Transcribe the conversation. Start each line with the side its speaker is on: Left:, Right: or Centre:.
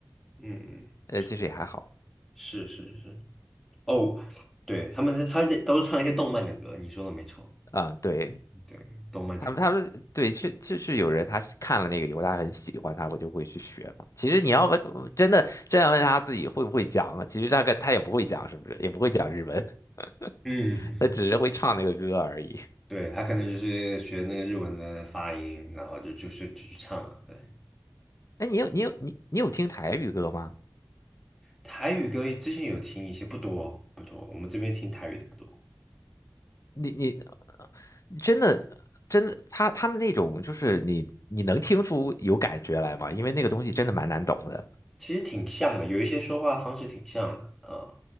Centre: 嗯，
Left: 呃，
Centre: 是
Left: 其实也还好。
Centre: 是是是。哦，对，他们他都是唱一些动漫的歌，你说的没错，
Left: 啊、对，
Centre: 对，动漫歌，
Left: 他们他们对，是就是有人他是看了那个以后，他很喜欢，他我就会去学嘛。其实你要问，真的真要问他自己会不会讲啊，其实大概他也不会讲，是不是？也不会讲日文，
Centre: 嗯，
Left: <laughs> 他只是会唱那个歌而已。
Centre: <laughs> 对，他可能就是学那个日文的发音，然后就就就就去唱了。对，
Left: 哎，你有你有你你有听台语歌吗？
Centre: 台语歌之前有听一些，不多不多，我们这边听台语的不多，
Left: 你你真的真的，他他们那种就是你你能听出有感觉来吗？因为那个东西真的蛮难懂的，
Centre: 其实挺像的，有一些说话方式挺像的啊，